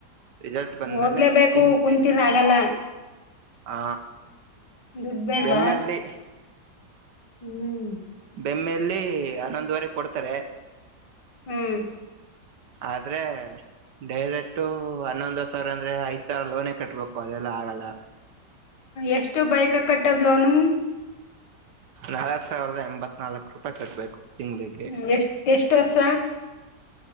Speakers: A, on the right; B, on the left.
A: ರಿಸಲ್ಟ್ ಬಂದ್ಮೇಲೆ
B: ಹೋಗ್ಲೇಬೇಕು
A: ಸೀನ್ಸ್
B: ಕುಂತರ ಆಗಲ್ಲ
A: ಆ
B: ದುಡ್ಬ
A: ಬೆಮ್ಮಲ್ಲಿ
B: ಬ ಹ್ಮ್
A: ಬೆಮ್ಮೆಯಲ್ಲಿ ಹನ್ನೊಂದುವರೆ ಕೊಡ್ತಾರೆ
B: ಹ್ಮ್
A: ಆದ್ರೆ ಡೈರೆಕ್ಟು ಹನ್ನೊಂದ ಸಾವಿರ ಅಂದ್ರೆ ಐದ್ ಸಾವಿರ ಲೋನೇ ಕಟ್ಬೇಕು ಅದೆಲ್ಲ ಆಗಲ್ಲ
B: ಎಷ್ಟು ಬೈಕ್ ಕಟ್ಟದ್ಲನು
A: ನಾಲ್ಕ್ ಸಾವಿರದ ಎಂಬತ್ ನಾಲ್ಕು ರೂಪಾಯಿ ಕಟ್ಬೇಕು ತಿಂಗಳಿಗೆ
B: ಹ್ಮ್ ಎಷ್ಟ ಎಷ್ಟ ವರ್ಷ